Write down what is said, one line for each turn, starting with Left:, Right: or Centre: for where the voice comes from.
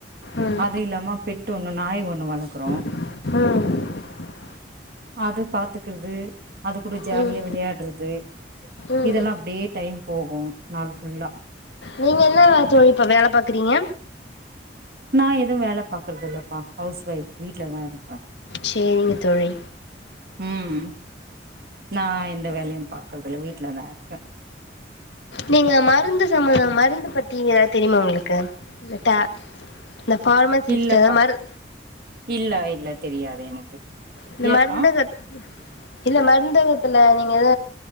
Left: ம்
Right: அது இல்லாம ப் பெட்டு ஒண்ணு நாய் ஒண்ணு வளக்றோ
Left: ம்
Right: அது பாத்துக்கிறுது அது கூட ஜாலியா
Left: ம்
Right: விளையாட்றது
Left: ம்
Right: இதெல்லாம் அப்டியே டைம் போகே நால் ஃபுல்லா
Left: நீங்க என்ன தோழி வேல பாக்குறீங்க
Right: நா எது வேல பாக்குறது இல்லப்பா ஹவுஸ் ஒயஃப் வீட்லதா இருக்கெ
Left: சேரிங்க தோழி
Right: ம் நா எந்த வேலையு பாக் <unintelligible> வீட்லதா இருக்கே
Left: நீங்க மருந்து சம்பந்தம் மருந்து பத்தி ஏதாவது தெரியுமா உங்களுக்கு இல்லாட்டா இந்த ஃபார்மா சிஸ்டர்
Right: இல்லப்பா
Left: மரு
Right: இல்ல இல்ல தெரியாது எனக்கு
Left: இந்த மருந்தக
Right: ஏப்பா
Left: இல்ல மருந்தக நீங்க எத